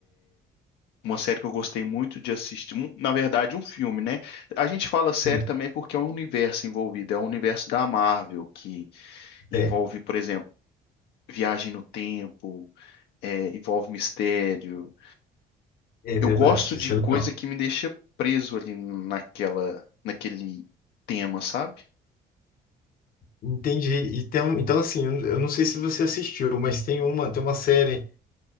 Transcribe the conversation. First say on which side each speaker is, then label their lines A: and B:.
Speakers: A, on the left (about 80°); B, on the left (about 60°).
A: uma série que eu gostei muito de assistir, um- na verdade, um filme, né? A gente fala série
B: assim,
A: também porque é um universo envolvido, é o universo da Marvel que envolve,
B: é,
A: por exemplo, viagem no tempo, é, envolve mistério
B: é
A: Eu
B: verdade,
A: gosto de
B: isso é legal.
A: coisa que me deixa preso ali naquela, naquele tema, sabe?
B: Entendi. E tem, um- então assim, eu eu não sei se você assistiu, mas tem uma, tem uma série